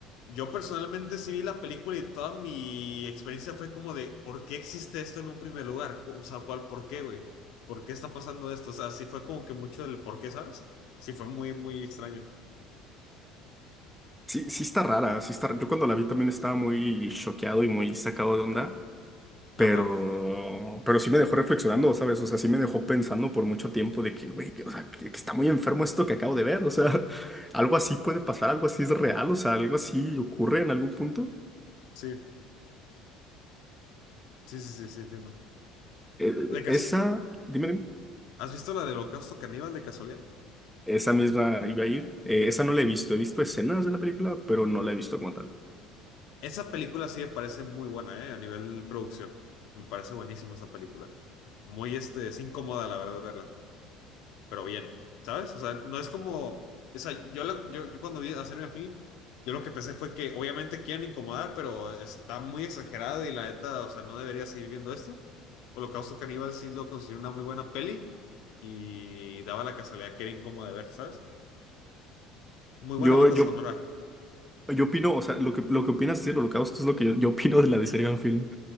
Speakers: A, on the left (about 65°); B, in the centre.
A: Yo personalmente sí vi la película y toda mi experiencia fue como de, ¿por qué existe esto en un primer lugar? O sea, ¿cuál, por qué, güey? ¿Por qué está pasando esto? O sea, sí fue como que mucho del por qué, ¿sabes? Sí fue muy, muy extraño.
B: Sí, sí está rara, sí está, yo cuando la vi también estaba muy choqueado y muy sacado de onda, pero,
A: Ajá.
B: pero sí me dejó reflexionando, ¿sabes? O sea, sí me dejó pensando por mucho tiempo de que, güey, que- o sea, que, que está muy enfermo esto que acabo de ver, o sea, <laughs> algo así puede pasar, algo así es real, o sea, algo así ocurre en algún punto.
A: Sí, sí, sí, sí, sí, entiendo.
B: Eh, eh,
A: De
B: esa,
A: cas-
B: dime, dime,
A: ¿Has visto la del Holocausto Caníbal de casualidad?
B: esa misma iba a ir, eh, esa no la he visto, he visto escenas de la película, pero no la he visto como tal.
A: Esa película sí me parece muy buena, ¿eh? A nivel producción. Me parece buenísima esa película. Muy, este, es incómoda, la verdad, verla. Pero bien, ¿sabes? O sea, no es como... O sea, yo, la- yo, yo cuando vi a Serena Film, yo lo que pensé fue que obviamente quieren incomodar, pero está muy exagerado y la neta, o sea, no debería seguir viendo esto. Holocausto Caníbal sí lo considero una muy buena peli y daba la casualidad que era incómoda de ver, ¿sabes? Muy
B: Yo,
A: buena banda
B: yo,
A: sonora.
B: yo opino, o sea, lo que, lo que opinas, sí, lo que hago, esto es lo que yo, yo opino de la de Serial Film.